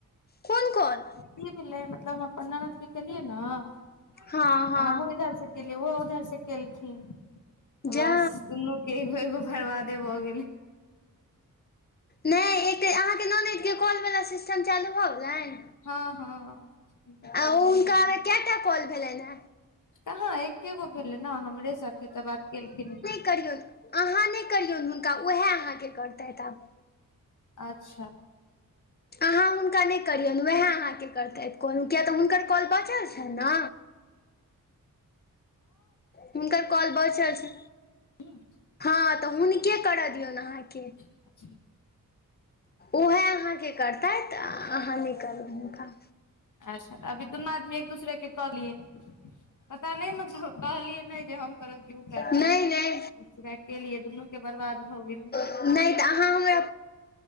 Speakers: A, on the left; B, on the left.
A: कोन कोन
B: की भेलै मतलब हम अपन ननद के केलियै ने
A: हँ हँ
B: हमहु इधर से केलि ओहो उधर से केलखिन तऽ
A: जा
B: बस दुन्नू एगो एगो बरबादे भऽ गेल
A: नै ऐतै आहा के ननैद के कॉल वला सिस चन चालू भऽ गेलनि
B: हँ हँ भऽ
A: आ हुनका
B: गेलै
A: टा कॉल भेलै ह
B: कहाँ एकेगो भेलै ने हमरे साथे तऽ बात केलखिन
A: करियौल अहाँ नहि करियौन हुनका उएह अहाँके करतथि आब
B: अच्छा
A: अहाँ हुनका नहि करियनि उएह अहाँकेँ करतथि कॉल किय तऽ हुनकर कॉल बचल छनि ने हुनकर कॉल बचल छै
B: हूँ
A: हँ तऽ हुनके करय दियौन अहाँके
B: छै
A: उएह अहाँके करतथि अहाँ नहि करबै हुनका
B: अच्छा तऽ अभी दुनू आदमी एक दूसरे के कऽ लियै पता नहि मतलब कहलियै नहि जे हम करब कि ओ करथिन
A: नहि नहि
B: बसग केली एदनू के बरवाद होगेले
A: नहि तऽ अहाँ हमरा